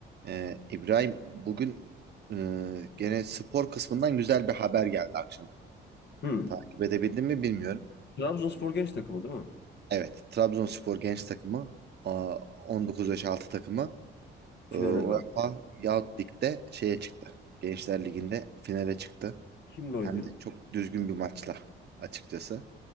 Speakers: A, on the right; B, on the left.
A: Ee, İbrahim bugün e, gene spor kısmından güzel bir haber geldi akşam.
B: Hı.
A: Takip edebildin mi bilmiyorum.
B: Trabzonspor genç takımı değil mi?
A: Evet, Trabzonspor genç takımı a, 19 yaş altı takımı
B: Finale
A: e, UEFA
B: kaldı.
A: Youth Lig'de şeye çıktı. Gençler Ligi'nde finale çıktı.
B: Kimle oynuyor?
A: Hem de çok düzgün bir maçla açıkçası.